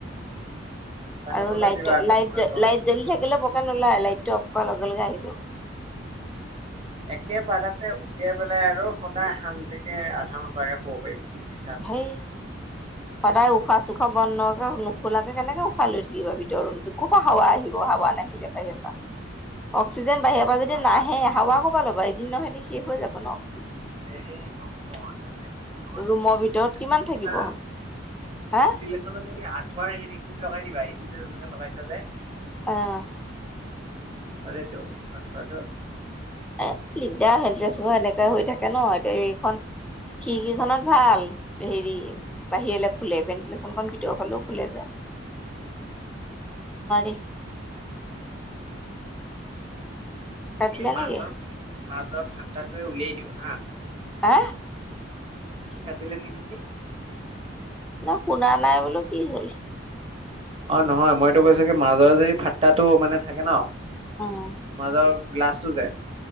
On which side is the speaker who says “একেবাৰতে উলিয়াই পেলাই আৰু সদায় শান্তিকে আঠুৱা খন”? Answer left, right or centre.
Right